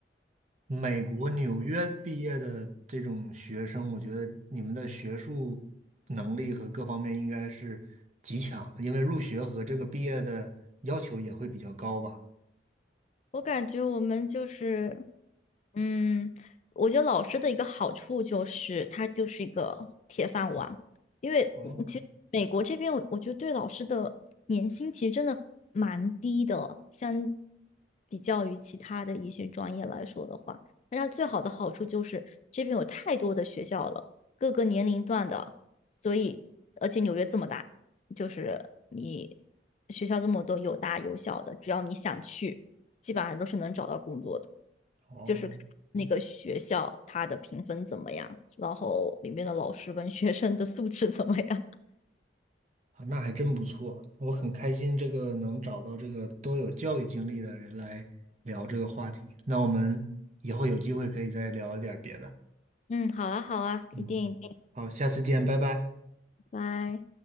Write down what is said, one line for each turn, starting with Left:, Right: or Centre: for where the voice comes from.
Right: 美国纽约毕业的这种学生，我觉得你们的学术能力和各方面应该是极强的，因为入学和这个毕业的要求也会比较高吧？
Left: 我感觉我们就是，嗯，我觉得老师的一个好处就是他就是一个铁饭碗，因为嗯其实美国这边我我觉得对老师的年薪其实真的蛮低的，
Right: 哦
Left: 相比较于其他的一些专业来说的话，但它最好的好处就是这边有太多的学校了，各个年龄段的，所以而且纽约这么大，就是你学校这么多，有大有小的，只要你想去。基本上都是能找到工作的，
Right: 哦，
Left: 就是那个学校它的评分怎么样，然后里面的老师跟学生的素质怎么样。
Right: 啊，那还真不错，我很开心这个能找到这个都有教育经历的人来聊这个话题。那我们以后有机会可以再聊一点儿别的。
Left: 嗯，好啊，好啊，一定一定，
Right: 嗯，好，下次见，拜拜。
Left: 拜。